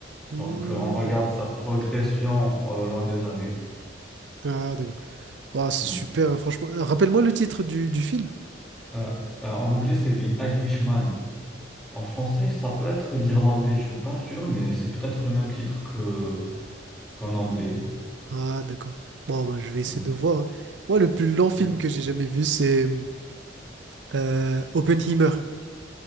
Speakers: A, on the right; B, in the centre.
A: Hmm.
B: Donc, euh, on regarde sa progression euh, au long des années.
A: Ah d'accord. Ah, c'est
B: Ouais.
A: super, hein, franchement. Euh, Rappelle-moi le titre du, du film.
B: Euh, euh, en anglais, c'est The Irishman. En français, ça peut être l'irlandais, je suis pas sûr, mais c'est peut-être le même titre que qu'en anglais.
A: Ah d'accord. Bon, bah, je vais
B: Hmm,
A: essayer de voir. hein. Moi, le plus long film
B: hmm.
A: que j'ai jamais vu, c'est euh, Oppenheimer.